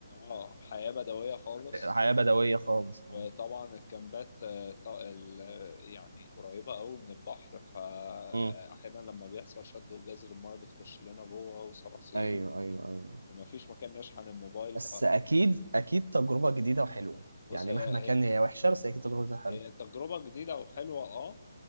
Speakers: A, on the left (about 50°); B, on the right (about 80°).
A: اه حياة بدوية حراقه خالص
B: حياه بدويه خالص
A: وطبعا
B: اه
A: الكامبات آه، ط- ال- آه، يعني قريبة قوي من البحر مم. فأحيانا
B: امم
A: لما بيحصل شد وجزر المايه بتخش لنا جوه ايوه وصراصير
B: ايوه
A: ايوه
B: ايوه ايوه
A: ومفيش مكان نشحن الموبايل
B: بس
A: ف
B: اكيد اكيد تجربه جديده وحلوه
A: بص
B: يعني
A: هي
B: مهما
A: يعني،
B: كان
A: هي
B: هي وحشه بس اكيد تجربه جديده حلوه
A: هي تجربة جديدة وحلوة اه